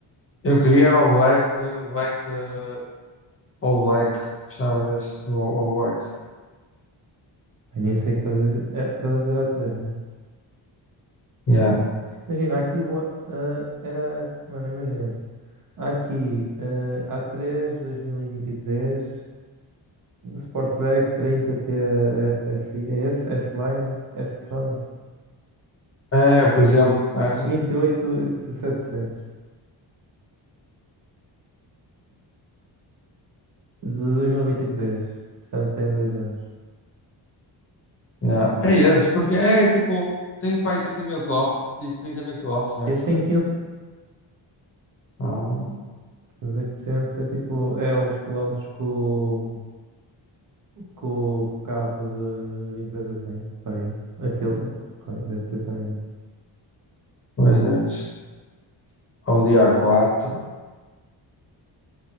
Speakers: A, on the left; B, on the right.
A: Eu queria era o black, eh, black, eh, all black. Gostava desse, do all all black.
B: Ai, nem sei o que estás a, dizer. é, estás a dizer há três, né?
A: Yeah.
B: Imagina, aqui boa- ah, era. Mano, imagina. Há Aqui, ah, A3 2023, Sportback 30 TFSI, é esse? S-Line, S-Tronic.
A: É, por exemplo, é assim.
B: vinte e oito mil e setecentos de dois mil e e vinte e três Portanto, tem dois anos.
A: Yeah. É esse, porque é é tipo, tem para aí 30 mil quilómetros, 30 mil quilómetros, né?
B: Este tem
A: Ah,
B: 15.800. 15.800 é tipo, é os quilómetros que o, que o, que o carro de, de empresa tem. Pá, aí. Aquilo, pá, aí, deve ter para aí.
A: pois é isso. Ao dia quatro